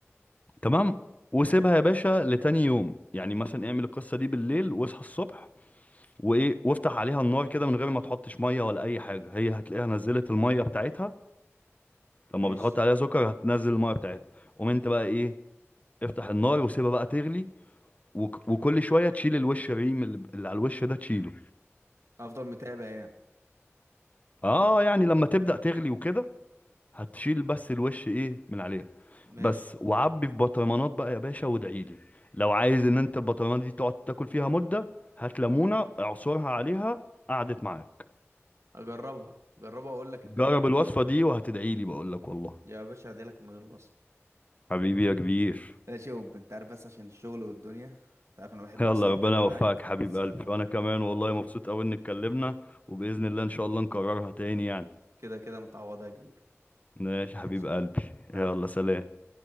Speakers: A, on the left; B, on the right.
A: تمام وسيبها
B: تمام
A: يا باشا لتاني يوم يعني مثلا اعمل القصة دي بالليل واصحى الصبح وايه وافتح عليها النار كده من غير ما تحطش مية ولا اي حاجة هي هتلاقيها نزلت المية بتاعتها لما
B: ماشي
A: بتحط عليها سكر هتنزل المية بتاعتها قوم انت بقى ايه افتح النار وسيبها بقى تغلي وك- وكل شوية تشيل الوش الريم اللي اللي على الوش ده تشيله
B: افضل متابع يعني
A: اه يعني لما تبدأ تغلي وكده هتشيل بس الوش ايه من عليها
B: ماشي
A: بس وعبي في بطرمانات بقى يا باشا وادعيلي لو عايز ان انت البطرمانات دي تقعد تاكل فيها مدة هات ليمونة اعصرها عليها قعدت معاك
B: اجربها جربها واقول لك
A: جرب
B: الدنيا
A: الوصفة دي وهتدعيلي بقولك والله
B: يا باشا هديلك من غير الوصف
A: حبيبي يا كبير
B: ماشي يا وب، انت عارف بس عشان الشغل والدنيا انت عارف انا بحب
A: يلا
B: اصلا
A: ربنا
B: الكلام
A: يوفقك
B: معاك
A: حبيب
B: بس
A: قلبي
B: آه،
A: وانا كمان والله مبسوط قوي ان اتكلمنا وبإذن الله ان شاء الله نكررها تاني يعني
B: كده كده متعوضها يا كبير
A: ماشي
B: ماشي
A: حبيب قلبي
B: يا حبيبي سلام
A: يلا سلام